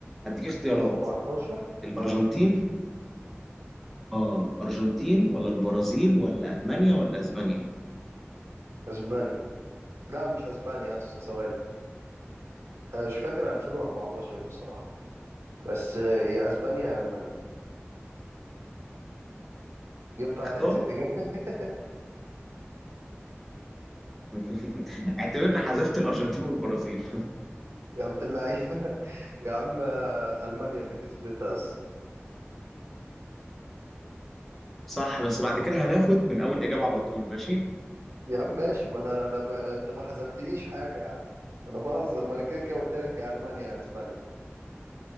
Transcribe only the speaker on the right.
2014
اه
اسباني لا مش اسباني يا اسطى ثواني انا مش فاكر 2014 بصراحة بس آه، يا اسبانيا يا المانيا ينفع
تحذف اجابة <laughs>
يا عبد اللعيبة <laughs> يا عم آه، ألمانيا اللي كسبتها أصلا
يا عم ماشي ما أنا أنا ب... أنت ما حذفتليش حاجة يا عم أنا بهزر ما أنا كده كده قلت لك يا ألمانيا يا أسبانيا